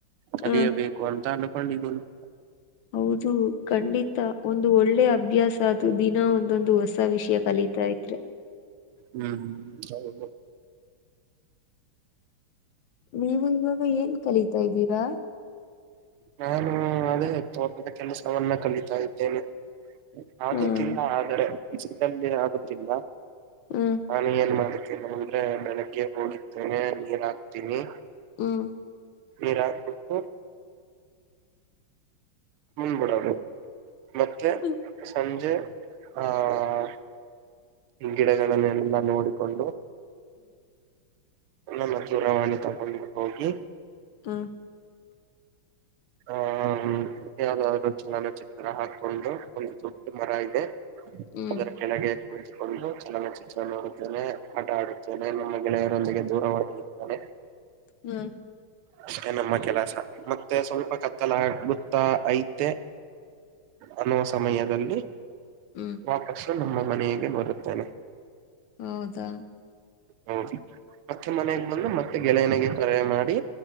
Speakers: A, on the right; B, on the left.
A: ಕಲಿಯಬೇಕು
B: ಹ
A: ಅಂತ ಅನ್ಕೊಂಡಿದಿನಿ
B: ಹೌದು ಖಂಡಿತ ಒಂದು ಒಳ್ಳೆ ಅಭ್ಯಾಸ್ ಅದು ದಿನ ಒಂದೊಂದು ಹೊಸ ವಿಷಯ ಕಲಿತಾ ಇದ್ರೆ
A: ಹ್ಮ್ ಹ್ಮು ಹೌದು
B: ನೀವು ಇವಾಗ ಏನ್ ಕಲಿತಾ ಇದ್ದೀರಾ
A: ನಾನು ಅದೇ ತೋಟದ ಕೆಲಸವನ್ನ ಕಲಿತಾ ಇದ್ದೇನೆ ಆಗುತ್ತಿಲ್ಲ
B: ಹ್ಮ್
A: ಆದರೆೆ <unintelligible> ಆಗುತ್ತಿಲ್ಲ
B: ಹ್ಮ್
A: ಹಾ ನೀ ಏನ್ ಮಾಡು ಕೆಲವಂದ್ರೆ ಬೆಳಗ್ಗೆ ಹೋಗತ್ತೇನೆ ನೀರ್ ಹಾಕ್ತೀನಿ
B: ಹ್ಮು
A: ನೀರ್ ಹಾಕ್ಬಿಟ್ಟು ಮುಂದ್ಬಿಡೋದು ಮತ್ತೆ
B: ಹ್ಮ್
A: ಸಂಜೆ ಹಾಹಾ ಗಿಡಗಳನ್ನೆಲ್ಲ ಎಲ್ಲಾ ನೋಡ್ ಕೊಂಡು ನನ್ನ ದೂರವಾಣಿ ತಗೊಂಡು ಹೋಗಿ
B: ಹ್ಮ್
A: ಆಹಾ ಯಾವ್ದಾದ್ರು ಚಲನ ಚಿತ್ರ ಹಾಕೊಂಡು ಒಂದು ದೊಡ್ಡ ಮರ ಇದೆ
B: ಹ್ಮ್
A: ಅದರ ಕೆಳಗೆ ಕುಳಿತುಕೊಂಡು ಚಲನಚಿತ್ರ ನೋಡುತ್ತೇನೆ ಆಟ ಆಡುತ್ತೇನೆ ನಮ್ಮ ಗೆಳೆಯರೊಂದಿಗೆ ದೂರವಾಣಿ ಹೊಗೆ
B: ಹ್ಮು
A: ಅಷ್ಟೆ ನಮ್ಮ ಕೆಲಸ ಮತ್ತೆ ಸ್ವಲ್ಪ ಕತ್ತಲ ಆಗ್ಬ ಟ ಐತೆ ಅನ್ನೋ ಸಮಯದಲ್ಲಿ
B: ಹ್ಮ್
A: ವಾಪಸ್ ನಮ್ಮ ಮನಗೆ ಬರುತ್ತೇನೆ
B: ಹೌದಾ
A: ಹೌದು ಮತ್ತೆ ಮನೆಗೆ ಬಂದು ಮತ್ತೆ ಗೆಳೆಯನಗೆ ಕರೆ ಮಾಡಿ